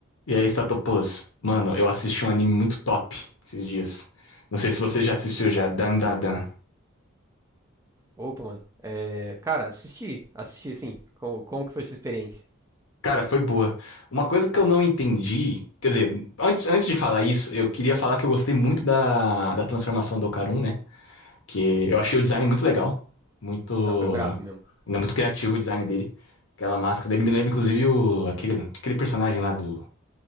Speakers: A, on the left; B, on the right.
A: E aí, Statopus? Mano, eu assisti um anime muito top esses dias. Não sei se você já assistiu já, Dan Dan Dan.
B: Opa, mano. É, cara, assisti. Assisti, assim. Como, como que foi sua experiência?
A: Cara, foi boa. Uma coisa que eu não entendi, quer dizer, antes, antes de falar isso, eu queria falar que eu gostei muito da, da transformação do Okarun, né? Que eu achei o design muito legal, muito,
B: Não, foi brabo mesmo.
A: ainda muito criativo o design dele. Aquela máscara dele me lembra inclusive o, aquele, aquele personagem lá do